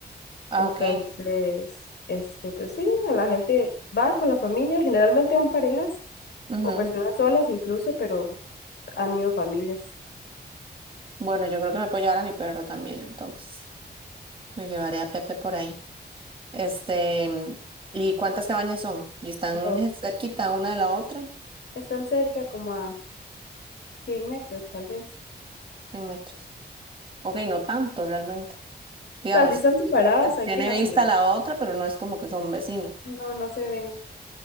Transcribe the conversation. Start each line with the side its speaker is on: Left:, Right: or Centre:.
Right: Ah,
Left: Entonces,
Right: ok.
Left: este, pues sí, a la gente va con la familia, generalmente van parejas
Right: Ujú.
Left: o personas solas incluso, pero han ido familias.
Right: Bueno, yo creo que me puedo llevar a mi perro también, entonces. Me llevaré a Pepe por ahí. Este, ¿y cuántas cabañas son? ¿Y están
Left: No,
Right: je- cerquita una de la otra?
Left: están cerca como a 100 metros, tal vez.
Right: 100 metros. Ok, no tanto realmente. Digamos,
Left: O sea, si están separadas,
Right: que
Left: hay
Right: tiene
Left: privacidad.
Right: vista la otra, pero no es como que son vecinos.
Left: No, no se ven.